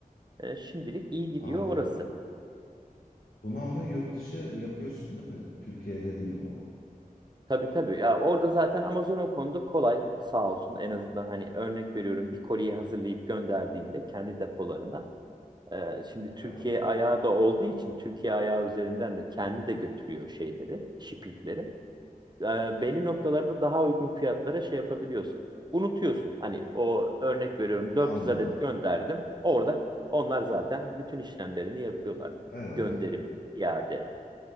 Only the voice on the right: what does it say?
Ee, şimdilik iyi gidiyor
orası.
Tabii tabii ya orada zaten Amazon o konuda kolay sağ olsun en azından hani örnek veriyorum bir koliyi hazırlayıp gönderdiğinde kendi depolarına e, şimdi Türkiye
ayağı da olduğu için Türkiye ayağı üzerinden de kendi de götürüyor şeyleri shippingleri E, belli noktalarda daha uygun fiyatlara şey yapabiliyorsun unutuyorsun hani o örnek veriyorum 400
adet gönderdim orada onlar zaten bütün işlemlerini yapıyorlar
gönderim iade